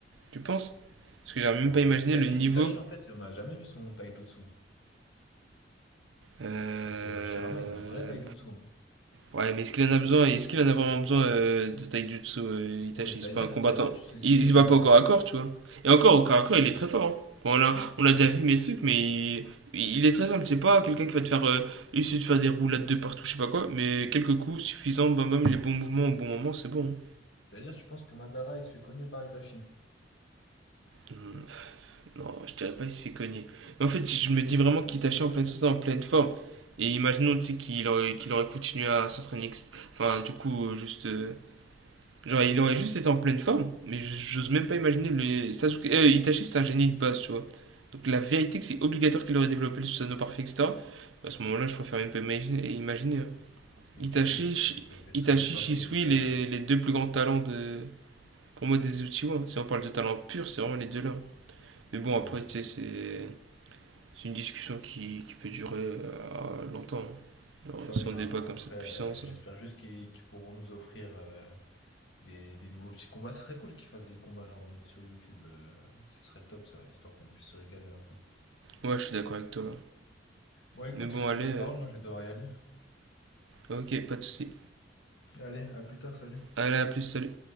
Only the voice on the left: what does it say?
Ouais,
en
fait, Itachi,
Itachi, en fait, on n'a jamais vu son taijutsu.
Alors que Hashirama, il a un vrai taijutsu. hein.
Ouais, ça
veut
dire,
ça veut dire que tu sous-estimes,
euh,
ça veut dire que tu penses que Madara il se fait cogner par Itachi.
Donc
bien sûr, il aurait
développé le
Susanoo parfait,
il l'a-
bien
sûr.
Ouais,
clairement.
Après,
euh, j'espère juste qu'ils qu'ils pourront nous offrir euh, des, des nouveaux petits combats. Ce serait cool qu'ils fassent des combats genre en mode sur YouTube. euh, ce serait top ça, histoire qu'on puisse se régaler un peu.
Bon, écoute,
sur ces
belles
paroles, moi je vais devoir y aller.
Allez, à plus tard, salut.